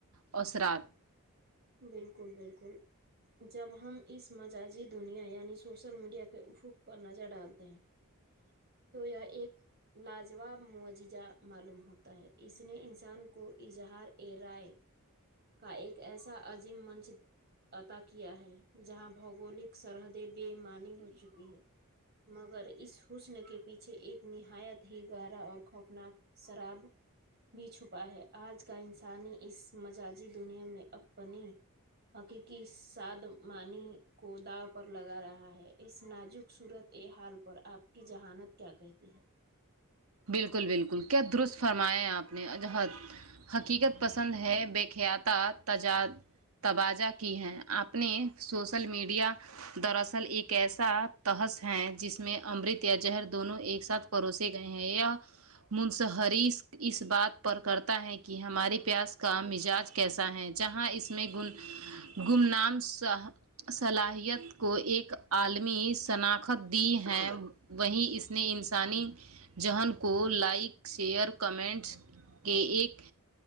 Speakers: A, on the right (about 80°); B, on the right (about 50°).
A: اثرات <unintelligible>
B: بالکل بالکل جب ہم اس مزجی دنیا یعنی سوشل میڈیا کے احوق پر نظر ڈالتے ہیں
A: <inaudible>
B: تو یہ ایک لاجواب معججہ معلوم ہوتا ہے اس نے انسان کو اظہار ا رائے کا ایک ایسا عظیم منچ عط کیا ہے جہاں بھگولک سرحد بےمانی ہو چکی ہے <unintelligible> مگر اس حسن کے پیچھے ایک نہایت ہی گہرا اور خوفناک شراب بھی چھپا ہے آج کا انسانی اس مزجی دنیا میں اب <unintelligible> ب <unintelligible> حقیقی سادمانی کو داو پر لگا رہا ہے اس نازک صورت بے حال پر آپ کی جہانت کیا کہتی ہے <unintelligible>
A: بالکل بالکل کیا درست فرمایا ہے آپ نے عجہد حقیقت پسند ہے بے خیاط تجاد توجہ کی ہیں آپ نے سوسل میڈیا <unintelligible> دراصل ایک ایسا تحس ہے جس میں امرت یا جہر دونوں ایک ساتھ پروسے گئے <unintelligible> منصہریس اس بات پر کرتا ہے کہ ہمارے پیاس کا مزاج <unintelligible> کیسا ہے جہاں اس میں گمنام صلاحیت <unintelligible> کو ایک عالمی شناخت دی ہے وہی اس نے انسانی <unintelligible> جہن کو لائک شیئر کمنٹس کے ایک